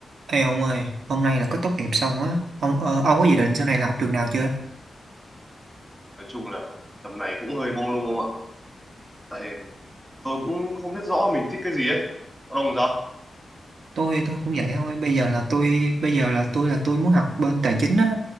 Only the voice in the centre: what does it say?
nói chung là tầm này cũng hơi mông lung không ạ tại tôi cũng không biết rõ mình thích cái gì ấy có đồng sao